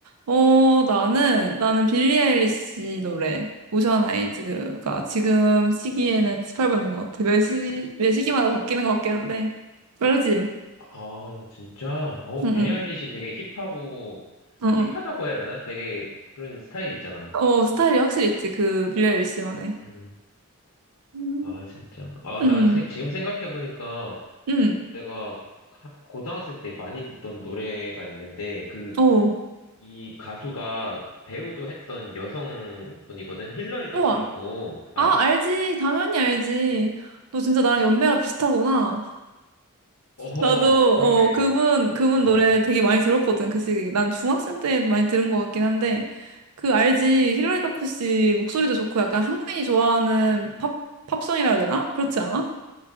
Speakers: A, on the right (about 80°); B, on the left (about 80°).
A: 어, 나는, 나는 빌리 아일리시 노래. 오션 아이즈가 지금 시기에는 18번인 것 같아. 매 시, 매 시기마다 바뀌는 것 같긴 한데. 알지?
B: 아, 진짜? 어,
A: 응,
B: 빌리
A: 응.
B: 아일리시 되게 힙하고,
A: 어,
B: 아,
A: 어,
B: 힙하다고 해야 되나? 되게 그런 스타일이 있잖아.
A: 어, 스타일이 확실히 있지, 그, 빌리 아일리시만의.
B: 음.
A: 음.
B: 아, 진짜. 아,
A: 음,
B: 나 생- 지금 생각해보니까
A: 음,
B: 내가 하- 고등학생 때 많이 듣던 노래가 있는데, 그,
A: 어,
B: 이 가수가 배우도 했던 여성분이거든? 힐러리 더프라고,
A: 우와.
B: 알아?
A: 아, 알지. 당연히 알지. 너 진짜 나랑 연배가 비슷하구나.
B: 어,
A: 나도,
B: 그러게.
A: 어, 그분,
B: 야, 진-
A: 그분
B: 어,
A: 노래 되게 많이 들었거든, 그 시기. 난 중학생 때 많이 들은 것 같긴 한데, 그 알지. 힐러리 더프 씨 목소리도 좋고, 약간 한국인이 좋아하는 팝, 팝송이라 해야 되나? 그렇지 않아?